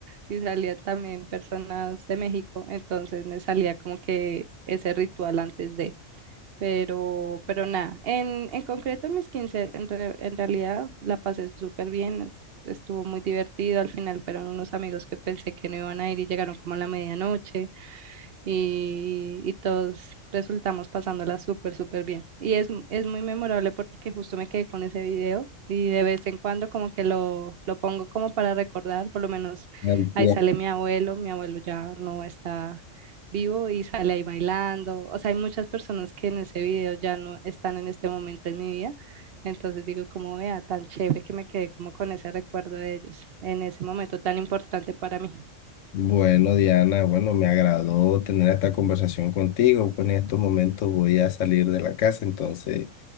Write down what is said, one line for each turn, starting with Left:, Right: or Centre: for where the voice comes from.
Right: y salía también personas de México, entonces me salía como que ese ritual antes de, pero, pero nada, en, en concreto mis 15 en, re- en realidad la pasé súper bien, es- estuvo muy divertido, al final fueron unos amigos que pensé que no iban a ir y llegaron como a la medianoche, y, y todos resultamos pasándola súper, súper bien. Y es, es muy memorable porque justo me quedé con ese video y de vez en cuando como que lo, lo pongo como para recordar, por lo menos
Left: Al
Right: ahí
Left: pie.
Right: sale mi abuelo, mi abuelo ya no está vivo y sale ahí bailando. O sea, hay muchas personas que en ese video ya no están en este momento en mi vida. Entonces digo, como vea, tan chévere que me quedé como con ese recuerdo de ellos en ese momento tan importante para mí.
Left: Bueno, Diana, bueno, me agradó tener esta conversación contigo. pues, en estos momentos voy a salir de la casa, entonces.